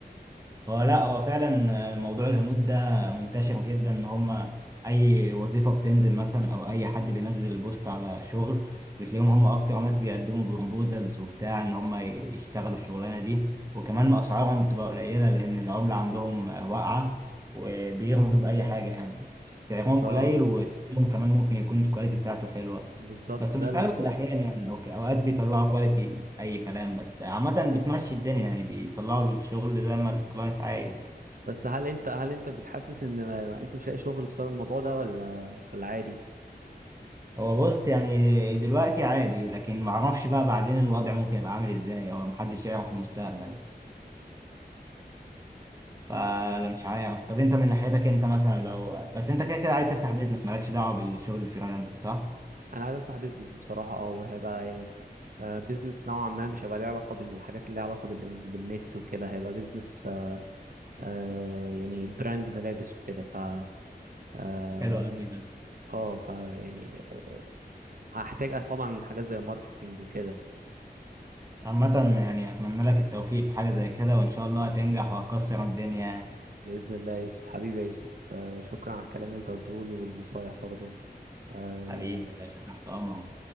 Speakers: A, on the right; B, on the right.
A: هو لا هو فعلا موضوع الهنود ده منتشر جدا ان هم اي وظيفه بتنزل مثلا او اي حد بينزل بوست على شغل بتلاقيهم هم اكتر ناس بيقدموا بروبوزلز وبتاع ان هم يشتغلوا الشغلانه دي وكمان اسعارهم بتبقى قليله لان العمله عندهم واقعه وبيرضوا باي حاجه يعني سعرهم
B: اه
A: قليل وشغلهم كمان ممكن يكون الكواليتي بتاعته حلوه
B: بالظبط
A: بس مش
B: ده ال...
A: في اغلب الاحيان يعني اوكي اوقات بيطلعوا كواليتي اي كلام بس عامه بتمشي الدنيا يعني بيطلعوا الشغل زي ما الكلاينت عايز يعني
B: بس هل انت هل انت بتحسس ان ما- ما انت مش لاقي شغل بسبب الموضوع ده ولا ولا عادي؟
A: هو بص يعني دلوقتي عادي لكن ما اعرفش بقى بعدين الوضع ممكن يبقى عامل ازاي او محدش يعرف في المستقبل فانا مش عارف طب انت من ناحيتك انت مثلا لو بس انت كده كده عايز تفتح بيزنس مالكش دعوه بالشغل الفريلانس صح
B: انا عايز افتح بيزنس بصراحه اه وهيبقى يعني بيزنس نوعا ما مش هيبقى ليه علاقه بالحاجات اللي ليها علاقه بال- بالنت وكده هيبقى بيزنس آه يعني براند ملابس وكده ف اه
A: حلو قوي ده
B: آه، ف يعني آه، هحتاج طبعا حاجات زي الماركتينج وكده
A: عامه يعني اتمنى لك التوفيق في حاجه زي كده وان شاء الله هتنجح وهتكسر الدنيا
B: باذن الله يا يوسف حبيبي يا يوسف آه، شكرا على الكلام اللي انت قلته لي والنصايح برضه آه،
A: حبيبي يا باشا تحت امرك